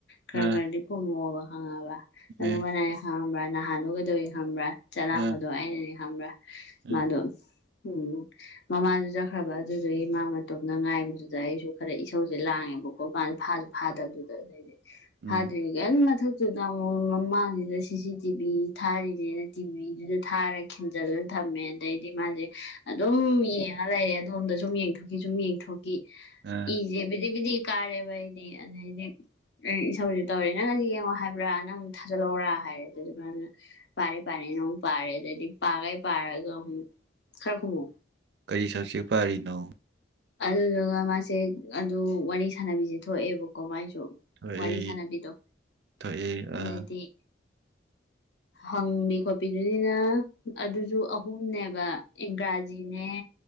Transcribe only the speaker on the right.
ꯑꯥ
ꯃꯦ
ꯑꯥ
ꯑꯥ
ꯎꯝ
ꯑꯥ
ꯀꯔꯤ ꯁꯞꯁꯦꯛ ꯄꯥꯔꯤꯅꯣ
ꯊꯣꯛꯑꯦ
ꯊꯣꯛꯑꯦ
ꯑꯥ